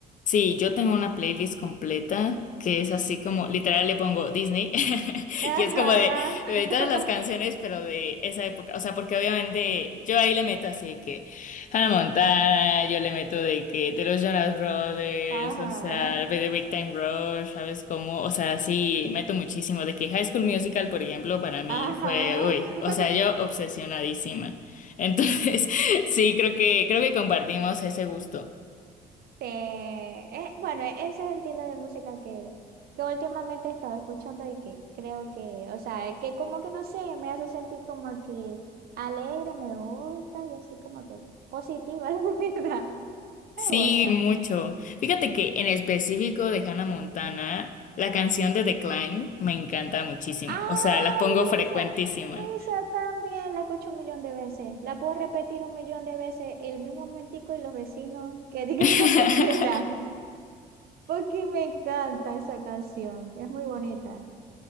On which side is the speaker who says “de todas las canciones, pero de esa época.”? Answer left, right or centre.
Left